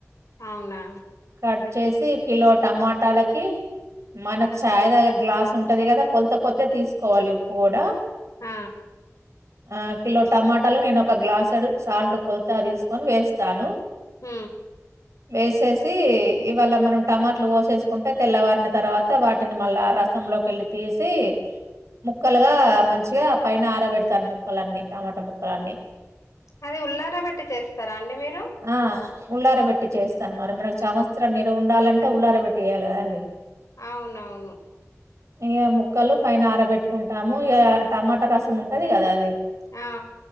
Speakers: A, on the left; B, on the right.
A: అవునా
B: కట్ చేసి కిలో టమాటాలకి మన చాయ్ తాగే గ్లాస్ ఉ ఉంటది కదా కొలత కొద్దే తీసుకోవాలి ఉప్పు కూడా
A: ఆ
B: ఆ కిలో టమాటాలు నేను ఒక గ్లాసడు సాల్ట్ కొలతగ తీసుకొని వేస్తాను
A: హు
B: వేసేసి ఇవాళ మనం టమాట్లు కోసేసుకుంటే తెల్లవారిన తరవాత వాటిని మళ్ళా రసంలోకెళ్ళి తీసి ముక్కలుగా మంచిగా పైన ఆరబెడతాను ముక్కలన్నీ టమాటా ముక్కలన్నీ
A: అది ఉల్లార బట్టి చేస్తారా అండి మీరు
B: ఆ ఉల్లారబెట్టి చేస్తాను మరి మనకు సంవత్సరం నిలవ ఉండాలంటే ఉల్లారబెట్టి చెయ్యాలి కదండి
A: అవునవును
B: ఈ ముక్కలు పైన ఆరబెట్టుకుంటాము ఇ టమాటా రసం ఉంటది కదా అది
A: ఆ